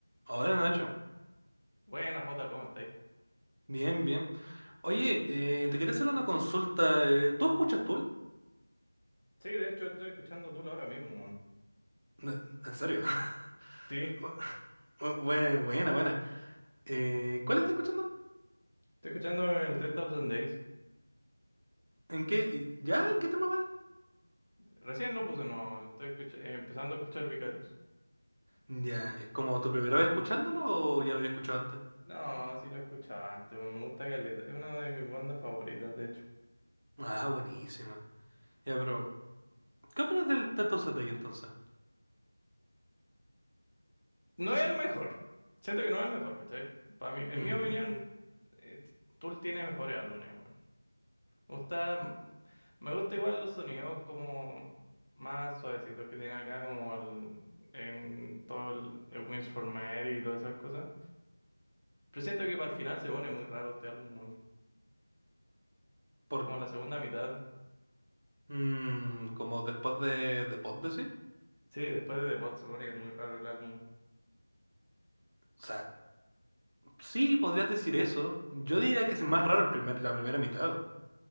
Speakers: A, on the right; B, on the left.
A: Hola Nacho,
B: Buena, Jota, ¿cómo estáis?
A: bien, bien. Oye, eh, te quería hacer una consulta. eh, ¿tú escuchas Tool?
B: Sí, de hecho estoy escuchando Tool ahora mismo. weón.
A: No, ¿En serio?
B: Sí, estoy
A: <laughs> Bu- bu- Buena, buena. Eh, ¿cuál estás escuchando?
B: escuchando el 3000 Days.
A: ¿En qué? eh, ¿Ya? ¿En qué tema vais?
B: Recién lo puse, no, estoy escucha- eh, empezando a escuchar Vicarious.
A: Ya, ¿es como tu primera vez escuchándolo o ya lo había escuchado antes?
B: No, sí lo escuchaba antes, weón, me gusta Caleta, es una de mis bandas favoritas, de hecho.
A: Ah, buenísima. Ya, pero, ¿qué opinas del Tanto Sunday entonces?
B: No es el mejor, siento que no es el mejor, ¿cachai? Para mí, en
A: Mm,
B: mi opinión, eh, T- Tool tiene mejores álbumes, weón. Me gusta, me gusta igual los sonidos como más suavecitos que tiene acá, como el, en todo el, el Wins for Mary y todas esas cosas. Pero siento que para el final se pone muy raro este álbum, weón.
A: ¿Por,
B: Como la segunda mitad.
A: mm, como después de, de Pod, decís?
B: Sí, después de The Pod se pone muy raro el álbum.
A: O sea, sí, podrías decir eso. Yo diría que es más raro el primer, la primera mitad.